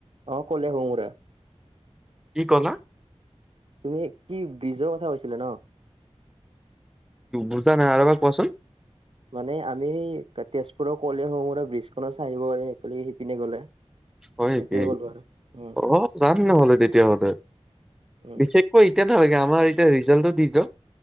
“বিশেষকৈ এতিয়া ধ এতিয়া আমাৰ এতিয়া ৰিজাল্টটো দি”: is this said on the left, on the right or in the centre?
Centre